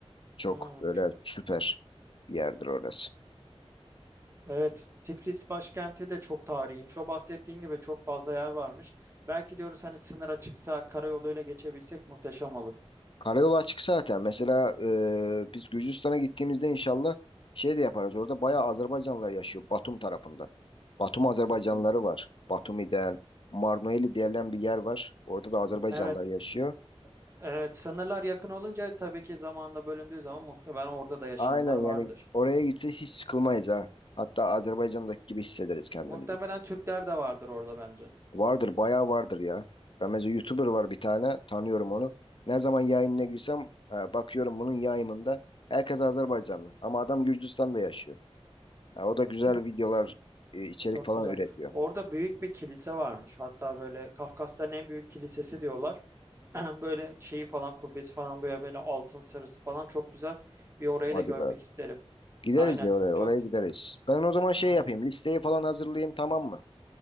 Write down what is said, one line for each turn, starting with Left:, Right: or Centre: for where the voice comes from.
Left: Çok
Right: Hmm.
Left: böyle süper bir yerdir orası.
Right: Evet, Tiflis başkenti de çok tarihiymiş. O bahsettiğin gibi çok fazla yer varmış. Belki diyoruz hani sınır açıksa karayoluyla geçebilsek muhteşem olur.
Left: Karayolu açık zaten. Mesela e, biz Gürcistan'a gittiğimizde inşallah şey de yaparız. Orada bayağı Azerbaycanlılar yaşıyor Batum tarafında. Batum Azerbaycanlıları
Right: Hı hı.
Left: var. Batumi'den, Marnoeli denilen bir yer var. Orada da Azerbaycanlılar
Right: Evet.
Left: yaşıyor.
Right: Evet, sınırlar yakın olunca tabii ki zamanla bölündüğü zaman muhtemelen orada da yaşayanlar
Left: Aynen
Right: vardır.
Left: yani oraya gitse hiç sıkılmayız ha. Hatta Azerbaycan'daki gibi hissederiz kendimizi.
Right: Muhtemelen Türkler de vardır orada bence.
Left: Vardır, bayağı vardır ya. Ben mesela YouTuber var bir tane, tanıyorum onu. Ne zaman yayınına girsem e, bakıyorum bunun yayımında herkes Azerbaycanlı. Ama adam Gürcistan'da yaşıyor. Ya o da güzel
Right: Hı,
Left: videolar, e, içerik
Right: çok
Left: falan
Right: güzel.
Left: üretiyor.
Right: Orada büyük bir kilise varmış. Hatta böyle Kafkasların en büyük kilisesi diyorlar. <clears throat> Böyle şeyi falan kubbesi falan böyle böyle altın sarısı falan çok güzel. Bir orayı
Left: Hadi
Right: da görmek
Left: be.
Right: isterim.
Left: Gideriz
Right: Aynen.
Left: ya oraya,
Right: Çok
Left: oraya gideriz. Ben o zaman şey
Right: aynen.
Left: yapayım, listeyi falan hazırlayayım tamam mı?